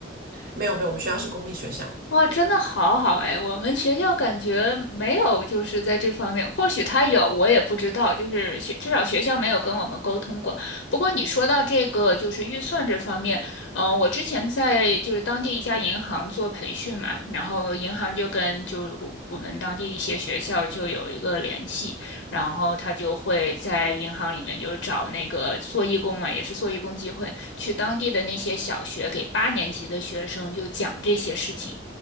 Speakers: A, on the right; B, on the left.
A: 没有没有，我们学校是公立学校
B: 哇，真的好好哎！我们学校感觉没有，就是在这方面，或许他有，我也不知道。就是学，至少学校没有跟我们沟通过。不过你说到这个，就是预算这方面，嗯、我之前在就是当地一家银行做培训嘛，然后银行就跟就我我们当地一些学校就有一个联系，然后他就会在银行里面就找那个做义工嘛，也是做义工机会，去当地的那些小学给八年级的学生就讲这些事情。